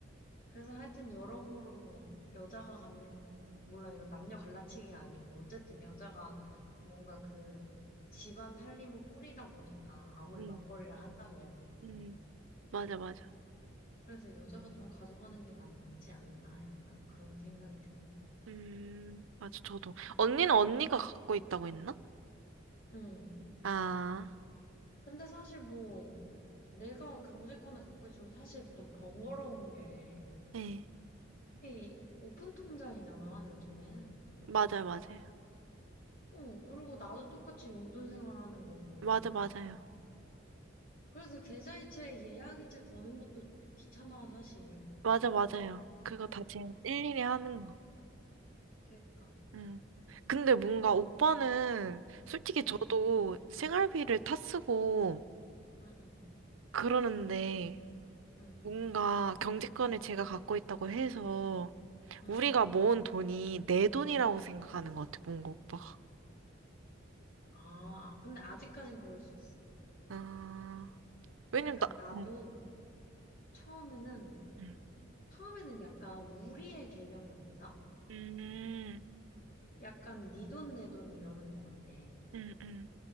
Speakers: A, on the left; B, on the right.
A: 그래서 하여튼 여러모로 여자가 갖는, 몰라, 이거 남녀 갈라치기가 아니고, 어쨌든 여자가 뭔가 그 집안 살림을 꾸리다 보니까 아무리
B: 음,
A: 맞벌이를 한다 그래도.
B: 음, 맞아, 맞아.
A: 그래서 여자가 좀 가져가는 게 낫지 않나, 약간 그런 생각이 드네.
B: 음, 맞아, 저도. 언니는 언니가 갖고 있다고 했나?
A: 응.
B: 아,
A: 근데 사실 뭐, 내가 경제권을 갖고 있으면 사실 더 번거로운 게,
B: 네.
A: 이 오픈 통장이잖아, 요즘엔.
B: 맞아, 요 맞아요.
A: 어, 그리고 나도 똑같이 용돈 생활하는 거고.
B: 맞아, 맞아요.
A: 그래서 계좌이체, 예약이체 거는 것도 귀찮아, 사실.
B: 맞아, 맞아요. 그거 다 제가 일일이 하는 거.
A: 그러니까.
B: 음. 근데 뭔가 오빠는 솔직히
A: 응,
B: 저도 생활비를 타 쓰고
A: 응, 응,
B: 그러는데
A: 응,
B: 뭔가 경제권을 제가 갖고 있다고 해서
A: 응,
B: 우리가
A: 응.
B: 모은 돈이 내 돈이라고 생각하는 것 같아, 뭔가 오빠가.
A: 아, 근데 아직까진 그럴 수 있어.
B: 아, 왜냐면
A: 약간
B: 나,
A: 나도
B: 응,
A: 처음에는,
B: 응,
A: 처음에는 약간 우리의 개념이 없다?
B: 응,
A: 약간 네 돈 내 돈 이러는 것 같아.
B: 응, 응,